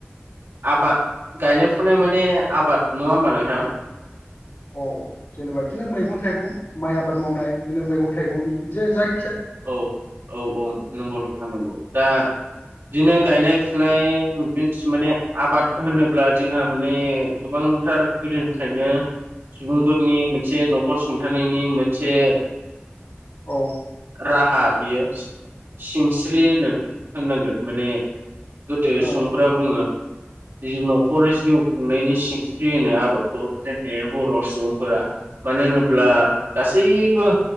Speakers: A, on the right; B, on the left.
A: आबाद गायनाय-फुनाय माने आबाद नङा होमबा नोंथां?
B: अ जेनेबा बिदिनो मैगं-थाइगं माइ आबाद मावनाय बिदिनो मैगं-थाइगं बिदि जाय
A: औ औ औ नंगौ नोंथां नंगौ दा बिदिनो गायनाय, फुनाय मिन्स माने आबाद होनोब्ला जोंहा माने गोबांथार गोदोनिफ्रायनो सुबुंफोरनि मोनसे न'खर सुंथानायनि मोनसे ओ
B: औ
A: राहा बियो सिंस्रि होनो होननांगोन माने गोदो
B: ओं
A: सुबुंफोरा बुङो जि न'खर जिउ खुंनायनि सिनस्रि होनो आबादखौ जोंनि बर' सुबुंफोरा मानो होनोब्ला गासैबो